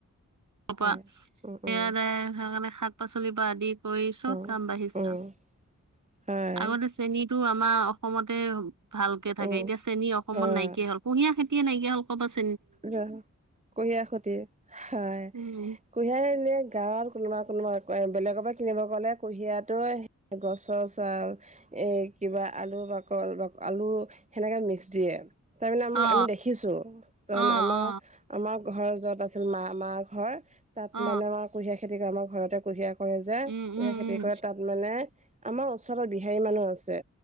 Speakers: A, on the right (about 70°); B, on the right (about 20°).
A: পা
B: হয়
A: সেয়াদাই
B: উম উম
A: সেকাৱনে শাক-পাচলিৰ পৰা আদি কৰি চব
B: উম
A: দাম বাঢ়িছে
B: উম
A: আও
B: হয়
A: আগতে চেনীটো আমাৰ অসমতে ভালকে থাকে,
B: উম
A: এতিয়া চেনী অসমত
B: হয়
A: নাইকীয়া হ'ল। কুঁহিয়া খেতিয়ে নাইকীয়া হ'ল কপা চে
B: ৰ কুহিয়াৰ খতি হয়
A: উম
B: কুঁহিয়াৰ এনেই গাঁৱত কোনোবা কোনোবা বেলেগৰ পৰা কিনিব গ'লে কুঁহিয়াটো গছৰ চাল এ কিবা আলু বাক আলু সেনেকে মিক্স দিয়ে। তাৰমানে আমাৰ
A: অ
B: আমি দেখিছো <unintelligible>
A: অ
B: আমাৰ
A: অ
B: আমাৰ ঘৰৰ য'ত আছিল মা মা ঘৰ তাত
A: অ
B: মানে আমাৰ কুহিয়াৰ খেতি কৰে। আমাৰ ঘৰতে কুহিয়াৰ কৰে যে
A: উম
B: কুহিয়াৰ
A: উম
B: খেতি
A: উম
B: কৰে, তাত মানে আমাৰ ওচৰতে বিহাৰী মানুহ আছে।